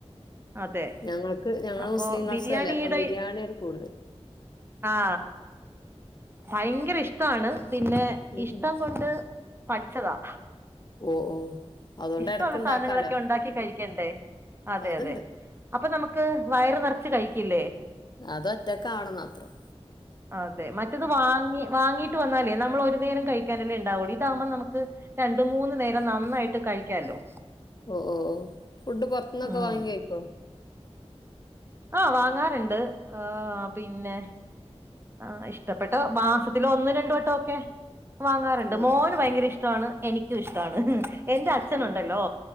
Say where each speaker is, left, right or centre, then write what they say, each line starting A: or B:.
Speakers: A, on the right; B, on the left.
A: അതെ
B: ഞങ്ങൾക്ക് ഞങ്ങള്
A: അപ്പൊ
B: മുസ്ലിംസ്
A: ബിരിയാണിയുടെ
B: അല്ലേ അപ്പം ബിരിയാണിയാണ് കൂടുതൽ
A: ആ ഭയങ്കര ഇഷ്ടമാണ് പിന്നെ
B: ഉം
A: ഇഷ്ടം
B: ഉം
A: കൊണ്ട് പഠിച്ചതാ
B: ഓ ഓ അതുകൊണ്ട്
A: ഇഷ്ടമുള്ള
B: ഇടക്ക് ഇണ്ടാക്കാലോ
A: സാധനങ്ങളൊക്കെ ഉണ്ടാക്കി കഴിക്കും ക്കണ്ടേ അതെ
B: അതുണ്ട്
A: അതെ അപ്പൊ നമുക്ക് വയറ് നിറച്ച് കഴിക്കില്ലേ
B: അത്തു ഒറ്റക്കണുന്നത്രം
A: അതെ മറ്റത് വാങ്ങി വാങ്ങീട്ട് വന്നാലേ നമ്മൾ ഒരു നേരം കഴിക്കാനല്ലേ ഉണ്ടാവുള്ളു ഇതാകുമ്പോ നമുക്ക് രണ്ട് മൂന്ന് നേരം നന്നായിട്ട് കഴിക്കാല്ലോ
B: ഓ ഓ ഓ ഫുഡ് പുറത്തുന്നൊക്കെ
A: ഉം
B: വാങ്ങി കഴിക്കും
A: ആ വാങ്ങാറുണ്ട് ആ പിന്നെ ആ ഇഷ്ടപ്പെട്ട മാസത്തി ഒന്ന് രണ്ട് വട്ടമൊക്കെ വാങ്ങാറുണ്ട്
B: ഓ ഓ
A: മോന് ഭയങ്കര ഇഷ്ട ഇഷ്ടമാണ് എനിക്കും ഇഷ്ടമാണ് എന്റെ അച്ഛനുണ്ടല്ലോ
B: ഉം.